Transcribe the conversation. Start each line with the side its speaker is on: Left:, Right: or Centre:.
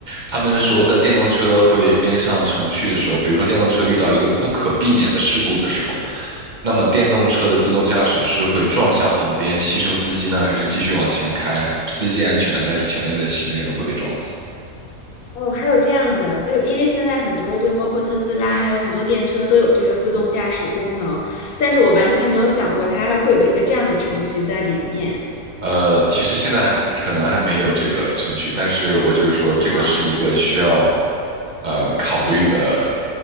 Right: 他们说，
Left: 嗯。
Right: 在电动车会编上程序的时候，比如说电动车遇到一个不可避免的事故的时候，那么电动车的自动驾驶是会撞向旁边，牺牲司机呢，还是继续往前开？司机安全，但是前面的行人会被撞死。
Left: 哦，还有这样的，就因为现在很多，就包括特斯拉，还有很多电车都有这个自动驾驶功能，但是我完全没有想过它还会有一个这样的程序在里面。
Right: 呃，其实现在还可能还没有这个程序，但是我就是说，这个是一个需要
Left: 啊。
Right: 呃考虑的